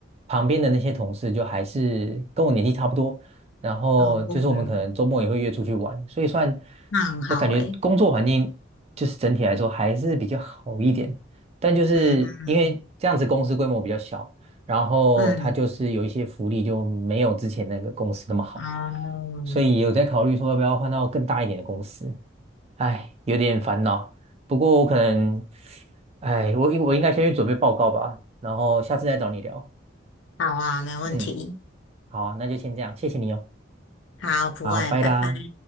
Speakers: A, on the right (about 35°); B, on the left (about 70°).
A: 旁边的那些同事就还是跟我年纪差不多，然后就是我们可能周末也会约出去玩，
B: 哦，嗯
A: 所以算
B: 那很好诶。
A: 我感觉工作环境就是整体来说还是比较好一点，但就是因为这样子公司规模比较小。
B: 嗯
A: 然后他就是有一些福利就没有之前那个公司那么好，
B: 嗯，哦。
A: 所以有在考虑说要不要换到更大一点的公司，哎，有点烦恼。不过我可能，哎，我应我应该先去准备报告吧，然后下次再找你聊。
B: 好啊，没问题。
A: 嗯，好啊那就先这样，谢谢你哦，
B: 好，不会，
A: 好，拜啦。
B: 拜拜。